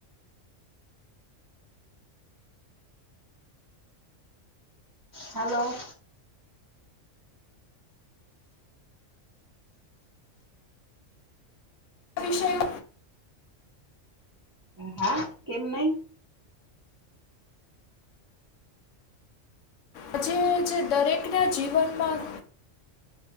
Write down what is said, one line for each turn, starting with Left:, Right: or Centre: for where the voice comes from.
Right: હલો
Left: વિષયો
Right: હ કેમ નય
Left: આજે જે દરેકના જીવનમાં